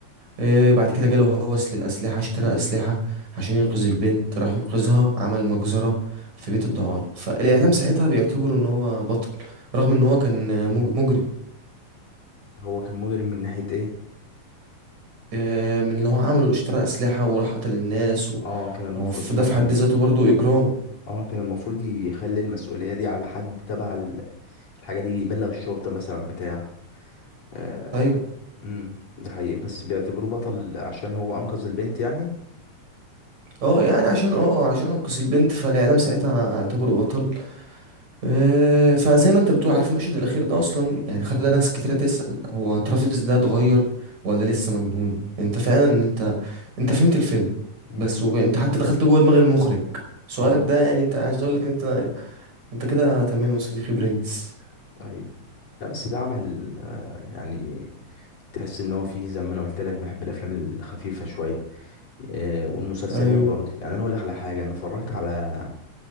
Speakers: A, on the right (about 70°); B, on the left (about 60°).
A: إيه بعد كده جاله هوس للأسلحة اشترى أسلحة عشان ينقذ البنت راح ينقذها عمل مجزرة في بيت الدعارة فالإعلام
B: مم.
A: ساعتها بيعتبره إن هو بطل رغم إن هو كان مج- مجرم
B: هو كان مجرم من ناحية إيه؟
A: إيه من اللي هو عمله اللي اشترى أسلحة وراح قتل الناس و...
B: اه كان المفروض
A: هو في
B: فعلا
A: ده في حد ذاته برضو إجرام
B: اه كان المفروض يخلي المسؤولية دي على حد تبع ال- الحاجة دي يبلغ الشرطة مثلا بتاع آه.
A: أيوه
B: امم ده حقيقي بس بيعتبروه بطل عشان هو أنقذ البنت يعني
A: اه يعني عشان اه عشان انقذ البنت فالاعلام ساعتها اعتبره بطل آه، فزي ما انت بتقول عارف المشهد الاخير ده اصلا يعني خلى ناس كتيره تسأل هو ترافيس ده اتغير ولا لسه مجنون انت فعلا انت انت فهمت الفيلم
B: مم.
A: بس وب... انت حتى دخلت جوه دماغ المخرج سؤالك
B: اه
A: ده يعني انت عايز اقول لك ان انت انت كده تمام يا صديقي برنس
B: ايوه لا بس ده عمل آه يعني تحس ان هو فيه زي ما انا قلت لك بحب الافلام الخفيفة شوية آه والمسلسلات
A: ايوه
B: برضه يعني انا اقول لك على حاجة انا اتفرجت على